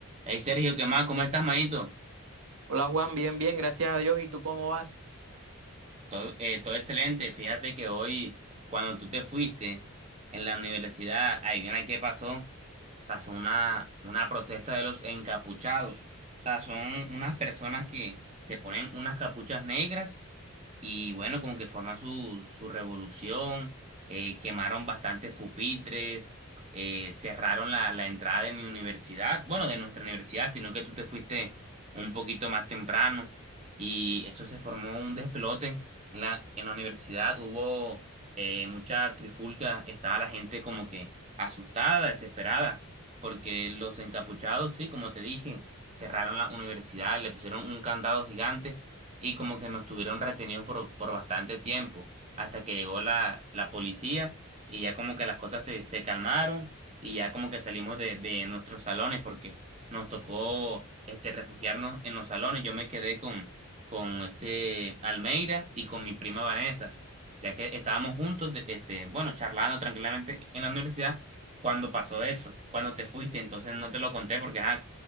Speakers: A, on the right; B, on the right.
A: Hey Sergio, ¿qué más? ¿Cómo estás, manito?
B: Hola Juan, bien, bien, gracias a Dios. ¿Y tú cómo vas?
A: Todo, eh, todo excelente. Fíjate que hoy, cuando tú te fuiste en la universidad, adivina qué pasó. Pasó una, una protesta de los encapuchados. O sea, son unas personas que se ponen unas capuchas negras y bueno, como que forman su, su revolución, eh, quemaron bastantes pupitres, eh, cerraron la, la entrada de mi universidad, bueno, de nuestra universidad, sino que tú te fuiste un poquito más temprano y eso se formó un despelote. En la, en la universidad hubo eh, mucha trifulca, estaba la gente como que asustada, desesperada, porque los encapuchados, sí, como te dije, cerraron la universidad, le pusieron un candado gigante y como que nos tuvieron retenidos por, por bastante tiempo, hasta que llegó la, la policía y ya como que las cosas se, se calmaron y ya como que salimos de, de nuestros salones porque nos tocó este, refugiarnos en los salones. Yo me quedé con, con este Almeida y con mi prima Vanessa, ya que estábamos juntos, de- este, bueno, charlando tranquilamente en la universidad. Cuando pasó eso, cuando te fuiste, entonces no te lo conté porque, ah,